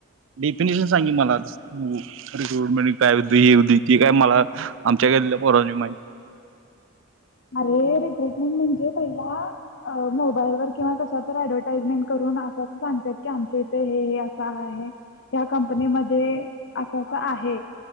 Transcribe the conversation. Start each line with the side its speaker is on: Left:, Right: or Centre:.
Right: डेफिनेशन सांग की मला. रिक्रुटमेंट काय होते हे होतय ते काय मला आमच्या गल्लीतल्या पोरांनी पण माहिती.
Left: अरे रिक्रुटमेंट म्हणजे पहिला. मोबाईल व किंवा कशावर आडवटाइजमेंट करून अस अस सांगत्यात की. आमच्या इथे हे असं आहे. या कंपनीमध्ये अस अस आहे.